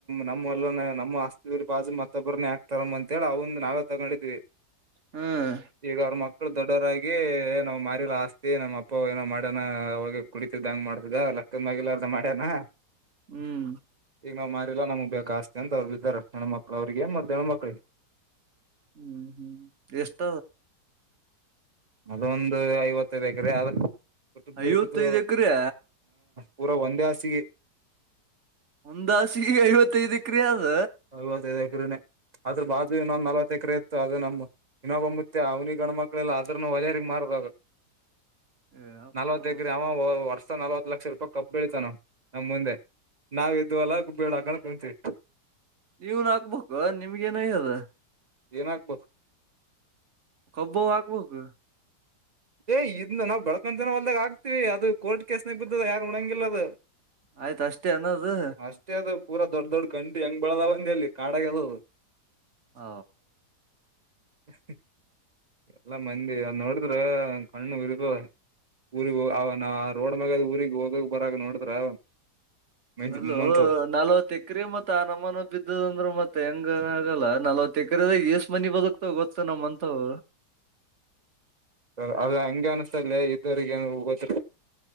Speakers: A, on the right; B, on the right.
A: ನಮ್ಮಲ್ಲ ನಮ್ಮ ಅಸ್ತಿರ್ಬಾಜು ಮತ್ತ ಮತ್ತೊಬ್ಬರ ಯಾಕ್ ತಗಂ ಅಂತ ಹೇಳಿ ನಾವೇ ತಗೊಂಡಿದ್ವಿ.
B: ಹ್ಮ್.
A: ಈಗ ಅವ್ರ ಮಕ್ಳು ದೊಡ್ಡವರಾಗಿ ನಾವ್ ಮಾರಿಲ್ಲ ಆಸ್ತಿ ನಮ್ಮ್ ಅಪ್ಪ ಏನೋ ಮಾಡ್ಯನ ಅವಾಗ. ಕುಡಿತದಂಗ ಮಾಡತಿದ ಲೆಕ್ಕದ ಮೇಲೆ ಇರ್ಲರ್ಡೆ ಅಂಗ ಮಾಡ್ಯನ.
B: ಹ್ಮ್.
A: ಈಗ ನಾವ್ ಮಾರಿಲ್ಲಾ ನಮ್ಗ್ ಬೇಕಾ ಆಸ್ತಿ ಅಂತ ಅವ್ರು ಬಿದಾರೆ ಹೆಣ್ಮಕ್ಳ ಅವ್ರಿಗೆ ಮತ್ತೆ ಹೆಣ್ಮಕ್ಳಿಗೆ.
B: ಹ್ಮ್ ಹ್ಮ್ ಎಷ್ಟ
A: ಅದೊಂದು ಐವತ್ತೈದು ಎಕ್ರೆ ಆದ ರಿ ಬಿಟ್ಟು ಬೀಳು
B: ಐವತ್ತೈದ್
A: ಬಿದ್ದದ.
B: ಎಕ್ರೆ
A: ಪುರ ಒಂದೇ ಹಾಸಿಗೆ.
B: ಒಂದೇ ಹಾಸಿಗೆ ಐವತ್ತೈದು ಎಕ್ರೆ ಆದ.
A: ಐವತ್ತೈದು ಎಕರೆನೆ ಆದರ ಬಾಜು ಇನ್ನೊಂದು ನಲವತ್ ಎಕರೆ. ಅದ ನಮ್ಮ ಇನ್ನೊಬ್ಬ ಮುತ್ಯ ಅವ್ನಿಗೆ ಗಣ ಮಕ್ಳೆಲ್ಲ ಅದ್ರನು ಹೊಲೆಯರ್ಗ್ ಮಾರದ ಅದು.
B: ಏ ಯಪ್ಪಾ
A: ನಲವತ್ ಅವ ವರ್ಷ ವರ್ಷ ನಲವತ್ ಲಕ್ಷ ರೂಪಾಯಿ ಕಬ್ ಬೆಳಿತನ ನಮ್ ಮುಂದೆ. ನಾವ್ ಇದ್ ಅಲ್ಲ ಬೀಳ ಹಾಕೊಂಡು ಕುಂತ್ವಿ.
B: ನೀವುನು ಹಾಕ್ಬೇಕು ನಿಮ್ಗ ಏನಾಗಿದೆ.
A: ಏನ್ ಹಾಕ್ಬೇಕು.
B: ಕಬ್ಬು ಅವು ಹಾಕ್ಬೇಕು.
A: ಏ ಇದ್ ನಾವು ಬೆಳಕೊಂಡು ತಿನ್ನೋ ಹೊಲ್ದಾಗ ಆಗ್ತಿವಿ ಅದು ಕೋರ್ಟ್ ಕೇಸ್ನಾಗ ಬಿದ್ದದ ಯಾರು ಉಣಂಗಿಲ್ಲ ಅದು.
B: ಆಯ್ತ ಅಷ್ಟೇ ಏನ್ ಅದು.
A: ಅಷ್ಟೇ ಅದು ಪುರ ದೊಡ್ಡ ದೊಡ್ಡ ಗಂಡಿ ಹೆಂಗ ಬೆಳೆದವಂಡಿ ಅದು ಅಲ್ಲಿ ಕಾಡಾಗದದು.
B: ಹ.
A: <inaudible> ಎಲ್ಲಾ ಮಂದಿ ಅದು ನೋಡಿದ್ರ ಕಣ್ಣು ಉರಿತದ. ಊರಿಗೆ ಹ ಅವ ನ ರೋಡ್ ಮ್ಯಾಗ ಊರಿಗೆ ಹೋಗಗ ಬರಗ ನೋಡಿದ್ರ ಮೈ ಜುಮ್
B: ಅಲೋ
A: ಅಂತದ
B: ನಾಲ್ವತ್ತ ಎಕ್ರ ಮತ್ತತ ಆ ನಮ್ಮನ ಬಿದ್ದದ ಅಂದ್ರ ಮತ್ತ ಹೆಂಗ ಆಗಲ್ಲ ನಲ್ವತ್ ಎಕರೆದ ಏಷ್ಟ್ ಮಂದಿ ಬದಕ್ ಗೊತ್ತ ನಮ್ಮಂತವು.
A: ಸ ಅದ ಹಂಗೆ ಅನ್ಸ್ತದಲೇ ಇದ್ದೋರಿಗೆ ಏನ್ ಗೊತ್